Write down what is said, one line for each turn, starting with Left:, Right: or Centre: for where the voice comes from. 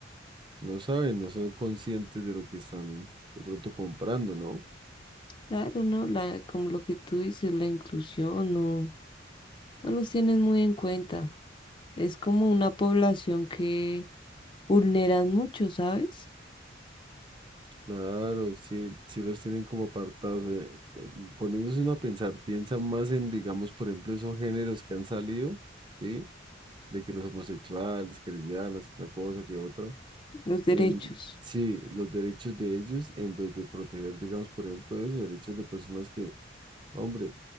Right: no saben, no son conscientes de lo que están de pronto comprando, ¿no?
Left: Claro, ¿no? La, como lo que tú dices, la inclusión, no, no los tienen muy en cuenta. Es como una población que vulneran mucho, ¿sabes?
Right: Claro, sí, sí los tienen como apartados. eh, eh, poniéndose uno a pensar, piensa más en, digamos, por ejemplo, esos géneros que han salido, ¿sí? De que los homosexuales, que lesbianas, que una cosa, que otra.
Left: Los derechos.
Right: em, sí, los derechos de ellos, en vez de proteger, digamos, por ejemplo, eso, derechos de personas que Hombre,